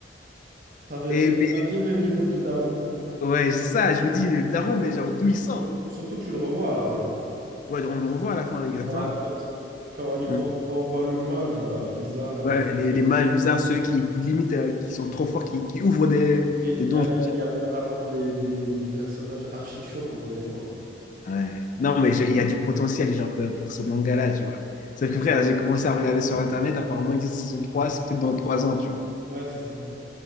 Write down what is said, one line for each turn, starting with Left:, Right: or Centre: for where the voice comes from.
Right: Ça veut
Left: Et
Right: dire,
Left: mais,
Right: imagine le niveau du daron.
Left: ouais, c'est ça, je me dis, le daron, mais genre d'où il sort?
Right: Surtout, surtout que tu le revois à la fin,
Left: Ouais, on le revoit à la fin, exactement.
Right: dans la grotte. Quand, il
Left: Mm.
Right: voit, quand on voit le mage, là, bizarre, avec...
Left: Ouais, les, les mages bizarres, ceux qui, qui limitent, euh, qui sont trop forts, qui, qui ouvrent des,
Right: Et
Left: des
Right: Il
Left: donjons
Right: y a, l'air- il y a l'air d'avoir des, des, des personnages archi chauds qu'on connaît pas encore.
Left: Ouais. Non, mais je- il y a du potentiel genre, euh, pour ce manga-là, tu vois. Sauf que frère, j'ai commencé à regarder sur Internet, apparemment, ils disent saison 3 c'est peut-être dans 3 ans, tu vois.
Right: Ouais, c'est ça.